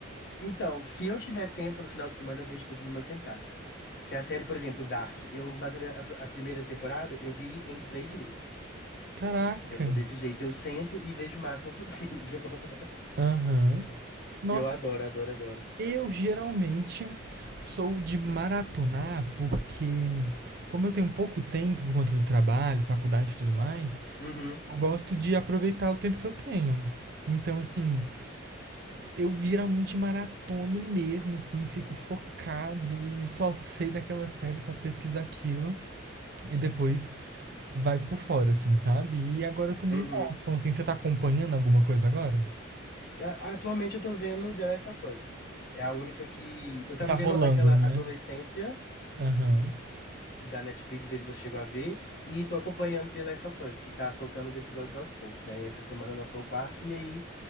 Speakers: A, on the left; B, on the right.
A: Então, se eu tiver tempo no final de semana, eu vejo tudo numa sentada. Se a série, por exemplo, Dark, eu maturei a, a primeira temporada, eu vi em três dias.
B: Caraca.
A: Eu sou desse jeito, eu sento e vejo o máximo possível. <laughs>
B: Aham. Nossa,
A: Eu adoro, adoro, adoro.
B: eu geralmente sou de maratonar porque, como eu tenho pouco tempo por conta do trabalho, faculdade e tudo mais,
A: Uhum,
B: eu gosto de aproveitar o tempo que eu tenho. Então, assim, eu geralmente maratono mesmo, assim, fico focado e só sei daquela série, só pesquiso aquilo e depois vai por fora, assim, sabe? E agora eu tô meio
A: uhum.
B: órfão, assim, você tá acompanhando alguma coisa agora?
A: E a- Atualmente eu tô vendo The Last of Us. É a única que. Eu
B: Que
A: tava
B: tá
A: vendo
B: rolando,
A: aquela
B: né?
A: Adolescência
B: Aham.
A: de- da Netflix, não sei se você chegou a ver, e tô acompanhando The Last of Us, que tá soltando os episódios aos poucos, né? E essa semana lançou o quarto, e aí